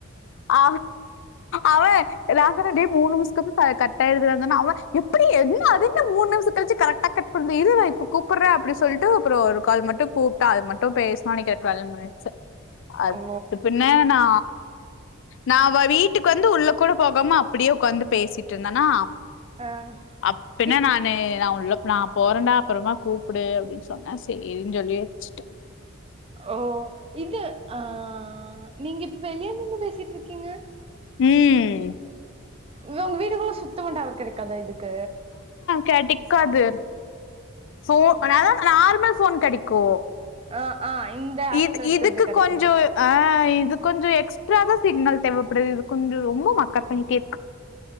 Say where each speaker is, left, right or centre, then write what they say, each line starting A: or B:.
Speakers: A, on the left; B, on the right.
A: ஹ அவன் நா சொன்னே டேய் மூணு நிமிஷத்துக்கு கட் ஆயிருது இருந்தானா அவன் எப்டி என்ன அது என்ன மூணு நிமிஷத்து கழிச்சு கரக்டா கட்பணறது இரு நா இப்ப கூப்புடுறேன் அப்டின்னு சொல்லிட்டு அப்புறம் ஒரு கால் மட்டும் கூப்புட்டா அது மட்டும் பேஸ்னோ அன்னைக்கி டுவெல்வ மினிட்ஸ் அது
B: ஓ!
A: பின்ன நா நா வ வீட்டுக்கு வந்து உள்ள கூட போகாம அப்புடியே உக்காந்து பேசிட்டு இருந்தேனா
B: ஆ.
A: அப்பின்னா
B: இப்
A: நானு நா உள்ள நா போறண்டா அப்புறமா கூப்புடு அப்டின் சொன்னேஸ் இருன் சொல்லி வச்சுடேன்
B: ஓ! இது ஆ நீங்க இப்ப வெளிய நின்னு பேசிட்டு இருக்கீங்க
A: ம்
B: வ உங்க வீடு குள்ள சுத்தமா டவர் கெடைக்காத இது க்க
A: கெடைக்காது சோ
B: அப்படியா?
A: அதனாலதா நார்மல் ஃபோன் கெடைக்கு
B: ஆ ஆ இந்த ஆப்ல
A: இது
B: இருக்கறது
A: இதுக்கு
B: கெடைக்க
A: கொஞ்சோ
B: மாட்டேங்குது.
A: ஆ இது கொஞ்ச எக்ஸ் ட்ராவா சிக்னல் தேவைப்படுது இது கொஞ்சொ ரொம்ப மக்கர் பண்ணிட்டே இருக்கு